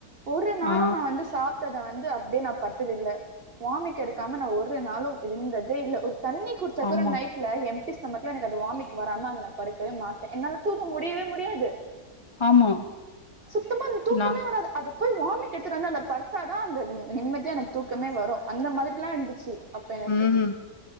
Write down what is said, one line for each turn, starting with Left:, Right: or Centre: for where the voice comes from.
Right: ஒரு நாளு
Left: ஆ
Right: நா வந்து சாப்ட்டத வந் து அப்டியே நா பட்த்ததில்ல வாமிட் எடுக்காம நா ஒரு நாளு இருந்ததே இல்ல ஒரு தண்ணி குடிச்சா
Left: ஆமா,
Right: கூட நைட்ல எம் டி ஸ்டொமக்ல எனக்கு அது வாமிட் வராம அத நா படுக்கவே மாட்டே என்னால தூங்க முடியவே முடியாது
Left: ஆமா.
Right: சுத்தமான் தூக்கமே
Left: நான்
Right: வராது அது போய் வாமிட் எடுத்துட்டு வந்து அந்த படுத்தா தா அந்த நிம்மதியா எனக்கு தூக்கமே வரு அந்த மாதிரிலா இருந்துச்சு அப்ப எனக்கு
Left: ம்